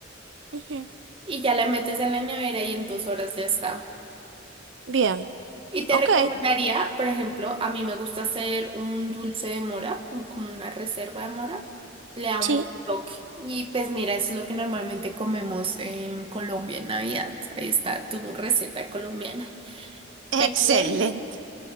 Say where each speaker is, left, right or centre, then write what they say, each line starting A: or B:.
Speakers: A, on the right; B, on the right.
A: ujú,
B: y ya la metes en la nevera y en dos horas ya está.
A: Bien,
B: Y te
A: ok,
B: recomendaría, por ejemplo, a mí me gusta hacer un dulce de mora, un- como una reserva de mora. Le da
A: sí.
B: un buen toque. Y pues mira, eso es lo que normalmente comemos en Colombia en Navidad. Ahí está tu receta colombiana.
A: <laughs> Excelente.
B: Pero bueno,